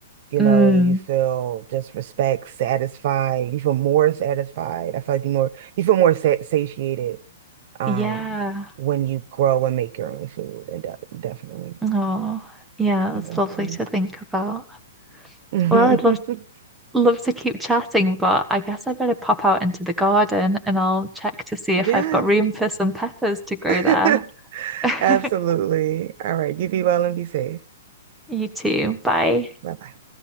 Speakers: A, on the right; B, in the centre.
A: You
B: Mm,
A: know, you feel just respect, satisfied. You feel more satisfied. I feel like you more you feel more sa satiated um
B: yeah.
A: when you grow and make your own food, and de definitely,
B: Oh, yeah,
A: definitely.
B: it's lovely to think about.
A: <laughs>
B: Well, I'd love love to keep chatting, but I guess I better pop out into the garden and I'll check to see
A: Yes,
B: if I've got room for some peppers to grow
A: <laughs>
B: there. <laughs>
A: absolutely. All right, you be well and be safe.
B: You too. Bye.
A: Bye bye.